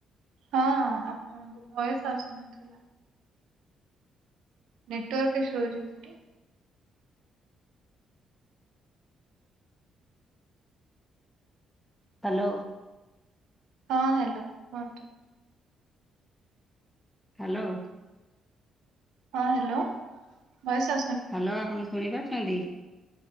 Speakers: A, on the right; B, in the centre.
A: ହଁ ଆପଣଙ୍କୁ ଭୟସ ଆସୁନଥିଲା। ନେଟୱାର୍କ ଇସ୍ୟୁ ହଉଛି କି ସେଠି?
B: ହ୍ୟାଲୋ।
A: ହଁ ହ୍ୟାଲୋ କୁହନ୍ତୁ।
B: ହ୍ୟାଲୋ।
A: ହଁ ହ୍ୟାଲୋ ଭୟେସ ଆସୁ
B: ହ୍ୟାଲୋ ଆପଣ ଶୁଣିପାରୁଛନ୍ତି?